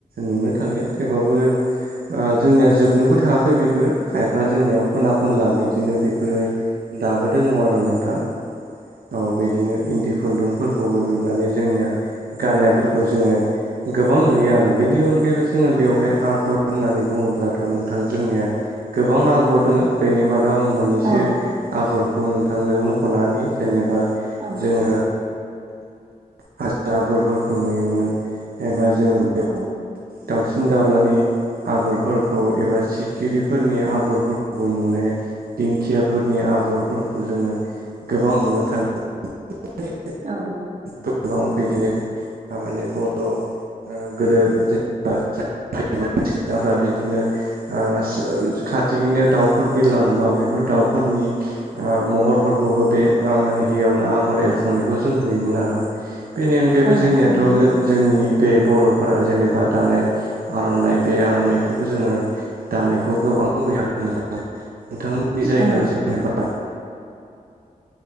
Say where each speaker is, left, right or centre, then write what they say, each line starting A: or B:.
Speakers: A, on the right; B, on the right.
A: नुनो थांलिया थेवबाबो जोंनिया जोबनोबो थाङाखै बेफोरो खायफा जोंनिया खना खनला बिदिनो बेफोरो दाबो दङ आरो नोंथां औ बिदिनो इन्दि खुन्दुंफोरखौबो लुनानै जोंनिया गाननायफोरखौ जोङो गोबां नुयो आरो। बेनि अनगायैबो जोङो बेवहाय आगर होननानै बुङोब्लाथ' नोंथां जोंनिया गोबां आगर दङो बेनि मादै थ' आं मोननैसो
B: औ
A: आगरखौ नोंथांनो मख'ना होनि जेनेबा
B: औ
A: जोङो हाजो आगरफोरखौ नुयोमोन एबा जोङो बेयाव
B: औ
A: दाउसिन दाउलानि आगरफोरखौ एबा सिखिरिफोरनि आगरफोरखौबो नुनाय दिंखियाफोरनि आगरफोरखौ जोङो गोबां नुनो थाङो
B: औ
A: गोबां बिदिनो थारमाने बर' ओ गोदो जेनबा <unintelligible> सिख्लाफ्रा बिदिनो ओ खाथिनो दाउफोर बिलांबा बेैफोर दाउफोरनि ओ महरफोरखौबो बे माने हियावनो आगर एरखांनायखौ जों नुयोमोन आरो बेनि अनगायैबो
B: औ
A: जोंनियाथ'
B: थारैनो
A: जोंनि बे बर'फोरा जेनेबा दानाय आर'नाइ बे आर'नाइखौबो जोङो दानायखौ गोबां नुयो नोंथां नोंथांमोननि जायगायाव
B: औ
A: जेनेबा